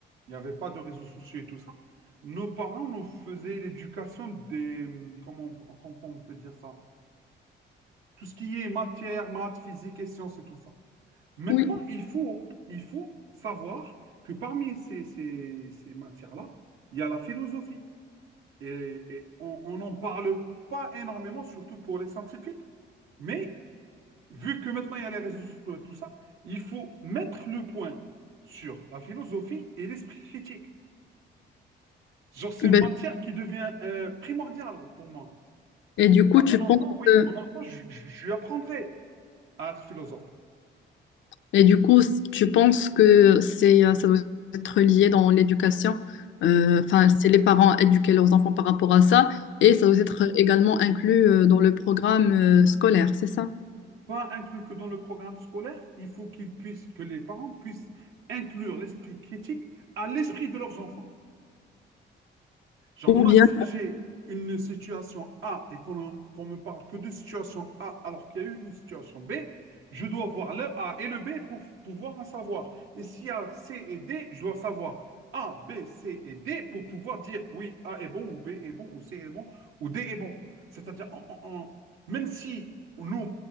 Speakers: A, on the right; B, on the left.
A: il n'y avait pas de réseaux sociaux et tout ça. Nos parents nous faisaient l'éducation des, comment on comment on peut dire ça? Tout ce qui est matière, maths, physique et sciences et tout ça. Maintenant,
B: Oui.
A: il faut, il faut savoir que parmi ces, ces- ces matières-là, il y a la philosophie. Et, et on on n'en parle pas énormément, surtout pour les scientifiques. Mais vu que maintenant il y a les réseaux sociaux et tout ça, il faut mettre le point sur la philosophie et l'esprit critique. Genre, c'est
B: Ben,
A: une matière qui devient euh, primordiale pour moi.
B: Et du coup,
A: À mon
B: tu
A: enfant,
B: penses
A: oui,
B: que,
A: mon enfant, je je- je lui apprendrai à être philosophe.
B: et du coup, tu penses que c'est, euh, ça doit être lié dans l'éducation. euh,
A: Oui.
B: Enfin, c'est les parents éduquer leurs enfants par rapport à ça, et ça doit être également inclus euh, dans le programme euh, scolaire, c'est ça?
A: pas inclus que dans le programme scolaire, il faut qu'ils puissent, que les parents puissent inclure l'esprit critique à l'esprit de leurs enfants. Genre,
B: Ou
A: moi,
B: bien,
A: si j'ai une situation A et qu'on qu'on me parle que de situation A alors qu'il y a eu une situation B, je dois voir le A et le B pour pouvoir en savoir. Et s'il y a C et D, je dois savoir A, B, C et D pour pouvoir dire oui, A est bon ou B est bon ou C est bon ou D est bon. C'est-à-dire, en- en- en- même si nous,